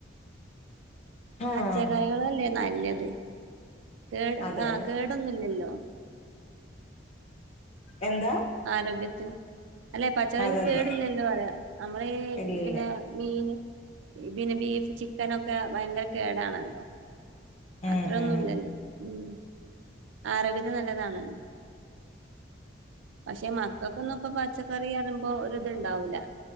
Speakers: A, on the left (about 30°); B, on the right (about 80°).
A: ആഹ്
B: പച്ചക്കറികളല്ലേ നല്ലത് കേട്
A: അതെ
B: ആഹ്
A: അതെ
B: കേടൊന്നുല്ലല്ലോ
A: എന്താ
B: ആരോഗ്യത്തിന് അല്ലെ പച്ചക്കറിക്ക്
A: അതെ അതെ
B: കേടില്ലല്ലോ പറയാ നമ്മളീ
A: ഇല്ലില്ല
B: പിന്നെ മീൻ പിന്നെ ബീഫ് ചിക്കനൊക്കെ ഭയങ്കര കേടാണല്ലോ
A: ഉം
B: അത്രൊന്നും
A: ഉം
B: ഇല്ലല്ലോ ഉ ആരോഗ്യത്തെ നല്ലതാണല്ലോ പക്ഷെ മക്കൾക്കൊന്നും ഇപ്പ പച്ചക്കറി അറിമ്പോ ഒരിത്ണ്ടാവൂല്ല